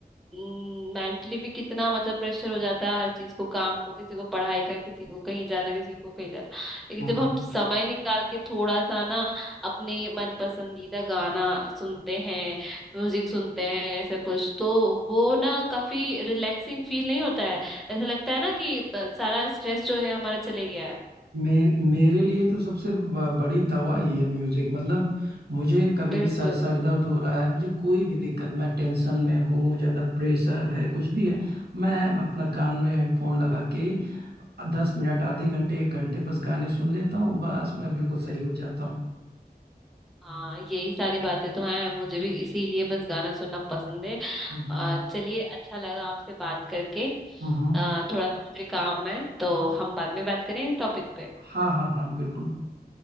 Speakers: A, in the centre; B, on the right.
A: हम्म, मेंटली भी कितना मतलब प्रेशर हो जाता है हर चीज को काम को किसी को पढ़ाई का किसी को कहीं जाना किसी को कहीं जाना लेकिन
B: हम्म।
A: जब हम समय निकाल के थोड़ा सा ना अपने मन पसंदीदा गाना सुनते हैं म्यूजिक सुनते हैं ऐसा कुछ तो वो ना काफी रिलैक्सिंग फील नहीं होता है ऐसा लगता है ना कि सारा स्ट्रेस जो है हमारा चले गया है
B: मेरे मेरे लिए तो सबसे ब- बड़ी दवा ही है म्यूजिक मतलब मुझे कभी
A: बिल्कुल
B: भी सर सर दर्द हो रहा है मुझे कोई भी दिक्कत मैं टेंशन में हूँ ज्यादा प्रेशर है कुछ भी है मैं अपना कान में हेडफोन लगा के दस मिनट आधे घंटे एक घंटे बस गाने सुन लेता हूँ बस मैं बिल्कुल सही हो जाता हूँ
A: हाँ यही सारी बातें तो हैं मुझे भी इसीलिए बस गाना सुनना पसंद है
B: हम्म
A: अ, चलिए अच्छा लगा आपसे बात करके
B: हम्म हम्म,
A: अ, थोड़ा सा मुझे काम है तो हम बाद में बात करें इस टॉपिक पे
B: हाँ हाँ हाँ बिल्कुल